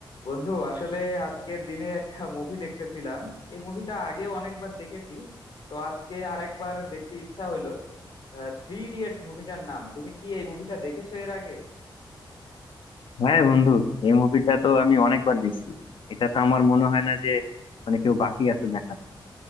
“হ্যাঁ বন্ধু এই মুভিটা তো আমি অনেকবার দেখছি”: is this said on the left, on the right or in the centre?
Left